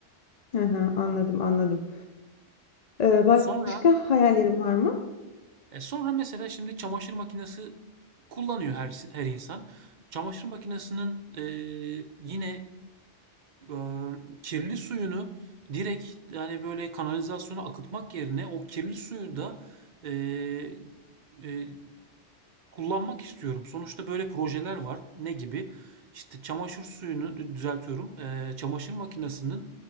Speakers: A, on the left (about 50°); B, on the right (about 50°).
A: Hı hı, anladım, anladım. Eee, başka
B: Sonra
A: hayallerin var mı?
B: e, sonra mesela şimdi çamaşır makinesi kullanıyor her her insan. Çamaşır makinesinin e, yine eee, kirli suyunu direkt yani böyle kanalizasyona akıtmak yerine o kirli suyu da eee, eee, kullanmak istiyorum. Sonuçta böyle projeler var. Ne gibi? İşte çamaşır suyunu dü- düzeltiyorum. Eee, çamaşır makinesinin